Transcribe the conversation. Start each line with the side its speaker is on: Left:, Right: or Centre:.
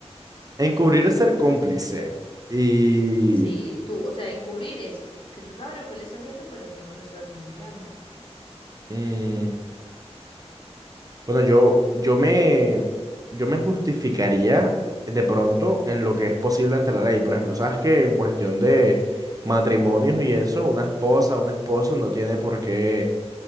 Right: Encubrir es ser cómplice y
Left: sí, tú, o sea, encubrir es que tú sabes lo que él está haciendo, pero tú no lo estás denunciando.
Right: mm, Bueno, yo, yo me, yo me justificaría de pronto en lo que es posible ante la ley. Por ejemplo, sabes que en cuestión de matrimonios y eso, una esposa, un esposo no tiene por qué